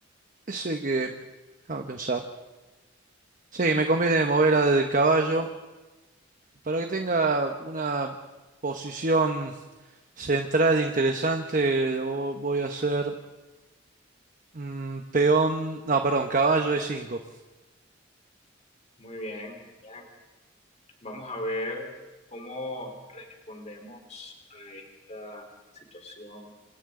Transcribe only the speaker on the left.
Muy bien, bien. Vamos a ver cómo respondemos a esta situación.